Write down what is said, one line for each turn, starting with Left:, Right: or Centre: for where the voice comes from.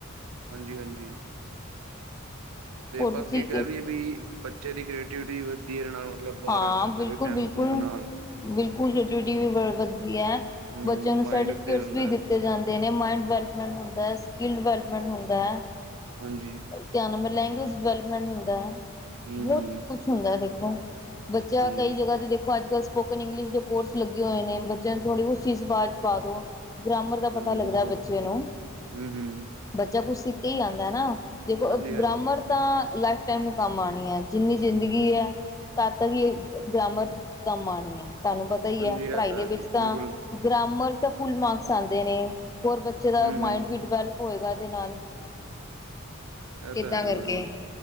Right: ਹਾਂਜੀ-ਹਾਂਜੀ। ਤੇ
Left: ਹੋਰ
Right: ਬਾਕੀ
Left: ਤੁਸੀਂ
Right: ਕਹਿ ਵੀਏ ਵੀ, ਬੱਚੇ ਦੀ ਕ੍ਰੀਏਟੀਵਿਟੀ ਵਧੀਆ ਰ ਨਾਲ ਮਤਲਬ ਬਾਹਰ
Left: ਹਾਂ, ਬਿਲਕੁਲ
Right: ਐਵੇਂ ਕੈਂਪ
Left: -ਬਿਲਕੁਲ।
Right: ਕੁੰਪ ਨਾਲ
Left: ਬਿਲਕੁਲ ਐਟੀਟਿਊਡ ਬੋ ਵਧੀਆ
Right: ਹੂੰ
Left: ਬੱਚੇਆ ਨੂੰ
Right: ਮਾਇੰਡ
Left: ਸਰਟੀਫਿਕੇਟਸ
Right: ਤੇ ਹੁੰਦਾ
Left: ਵੀ
Right: ਹੈ।
Left: ਦਿ ਜਾਂਦੇ ਨੇ ਮਾਇੰਡ ਡਿਵੈਲਪਮੈਂਟ ਹੁੰਦਾ ਹੈ ਸਕਿੱਲ ਡਿਵੈਲਪਮੈਂਟ ਹੁੰਦਾ ਹੈ।
Right: ਹਾਂਜੀ
Left: ਕਿਆ ਮਬ ਲੈਂਗੁਏਜ ਡਿਵੈਲਪਮੈਂਟ ਹੁੰਦਾ ਹੈ
Right: ਹੂੰ
Left: ਬੋਤ
Right: ਹੂੰ
Left: ਕੁਛ ਹੁੰਦਾ ਦੇਖੋ। ਬੱਚਾ
Right: ਹਾਂਜੀ
Left: ਕਈ ਜਗ੍ਹਾ ਤੇ ਦੇਖੋ ਅੱਜ ਕੱਲ੍ਹ। ਸਪੋਕਨ ਇੰਗਲਿਸ਼ ਦੇ ਕੋਰਸ ਲੱਗੇ ਹੋਏ ਨੇ ਬੱਚੇਆਂ ਨੂੰ ਥੋੜੀ ਉਸ ਚੀਜ਼ ਬਾਅਦ ਚ ਪਾ ਦੋ ਗ੍ਰਾਮਰ ਦਾ
Right: ਹਾਂਜੀ
Left: ਪਤਾ ਲੱਗਦਾ
Right: ਬਿਲਕੁਲ
Left: ਬੱਚੇ ਨੂੰ।
Right: ਹੂੰ ਹੂੰ
Left: ਬੱਚਾ ਕੁਛ ਸਿੱਖ ਕੇ ਹੀ ਆਂਦਾ ਐਨਾ ਦੇਖੋ
Right: ਹਾਂਜੀ ਹਾਂਜੀ
Left: ਗ੍ਰਾਮਰ ਤਾਂ ਲਾਈਫ ਟੈਮ ਨੂੰ ਕੰਮ ਆਂਣੀ ਐ ਜਿੰਨੀ ਜ਼ਿੰਦਗੀ ਐ। ਤਤ ਹੀ ਗ੍ਰਾਮਰ ਕੰਮ ਆਣੀ ਹੈ ਤੁਹਾਨੂੰ ਪਤਾ ਹੀ
Right: ਹਾਂਜੀ
Left: ਹੈ
Right: ਇਹ
Left: ਪੜ੍ਹਾਈ ਦੇ
Right: ਹੈ
Left: ਵਿੱਚ
Right: ਜੀ
Left: ਤਾਂ
Right: ਬਿਲਕੁਲ
Left: ਗ੍ਰਾਮਰਸ ਤਾਂ ਫੁਲ ਮਾਰਕਸ ਆਂਦੇ ਨੇ ਹੋਰ ਬੱਚੇ ਦਾ
Right: ਹੂੰ ਹੂੰ
Left: ਮਾਇੰਡ ਵੀ ਡਿਵੈਲਪ ਹੋਏਗਾ ਏਦੇ ਨਾਲ
Right: ਇਹ
Left: ਏਦਾਂ
Right: ਤਾਂ ਹੈ ਜੀ
Left: ਕਰਕੇ
Right: ਬਿਲਕੁਲ